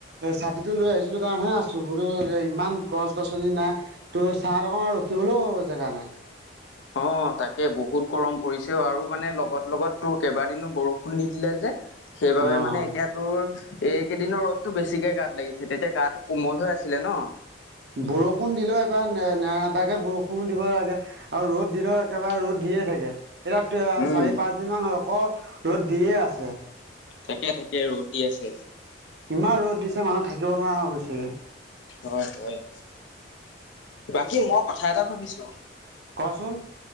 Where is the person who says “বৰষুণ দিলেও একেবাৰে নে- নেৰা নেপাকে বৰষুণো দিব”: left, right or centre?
Right